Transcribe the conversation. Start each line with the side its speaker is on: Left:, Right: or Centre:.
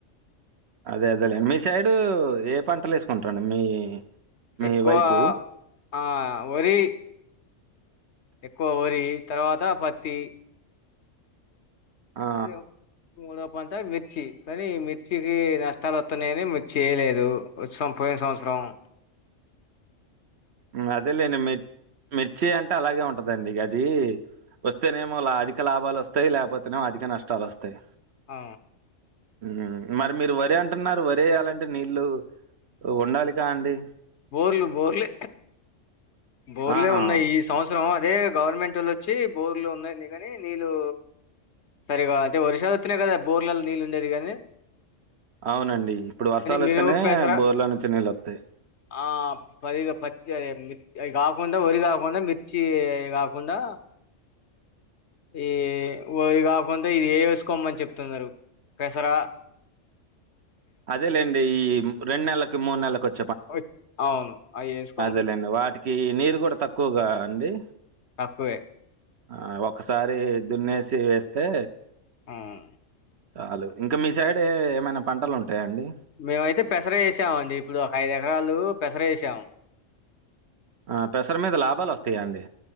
Right: అదే అదే లే మీ సైడు ఏ పంటల్ యేసుకుంటరండి మీ మీ
Left: ఎక్కువ
Right: వైపు
Left: ఆ ఒరీ ఎక్కువ వొరీ తర్వాత పత్తి
Right: ఆ
Left: ఏం మూడప్ ప్పంతా మిర్చి కానీ మిర్చికి నష్టాలు ఓత్తున్నాయని మిర్చి ఏయలేదు ఒత్సం పోయిన సంవత్సరం బ్లాంక్
Right: ఉ అదే లేండి మిర్ మిర్చి అంటే అలాగే ఉంటదండి ఇగ అది ఒస్తేనేమో లా అధిక లాభాలొస్తయ్ లేకపోతేనేమో అధిక నష్టాలొస్తయ్
Left: ఆ
Right: ఉమ్మ్ మరి మీరు వరి అంటున్నారు వరేయ్యాలంటే నీళ్ళు ఉండాలిక అండి
Left: బోర్లు బోర్లే బోర్లే
Right: ఆహా
Left: ఉన్నయి ఈ సంవత్సరం అదే గవర్నమెంటోళ్ళోచ్చి బోర్లు ఉన్నాయి లే గని నీళ్లు సరిగా అయితే వర్షాలు ఒత్తనే గదా బోర్లలో నీళ్ ఉండేదిగని
Right: అవునండి ఇప్పుడు వర్షాలొత్తనే
Left: మినుము పెసర
Right: బోర్ల నుంచి నీల్లోత్తయ్
Left: ఆ పదిగ పత్తి అయె మిత్ అయ్ గాకుండా ఒరి గాకుండా మిత్ చ్చి అయ్ గాకుండా ఈ ఓయ్ గాకుండ ఇది ఏ ఏసుకోమ్మని చెప్తున్నరు పెసరా
Right: అదేలేండి ఈ రెండు నెల్లకి మూడు నెల్లకి ఒత్
Left: ఒయ్ అవును ఆయెస్
Right: అదేలేండి వాటికి నీరు గూడ తక్కువ్ గా అండి
Left: తక్కువే
Right: ఆ ఒకసారి దున్నేసి వేస్తే
Left: మ్మ్
Right: ఆలు ఇంకా మీ సైడ్ ఏ ఏమైనా పంటలుంటాయా అండి
Left: మేమైతే పెసర ఏసామండి ఇప్పుడు ఒక ఐదు ఎకరాలు పెసర ఏసామ్
Right: అ పెసర మీద లాభాలొస్తాయా అండి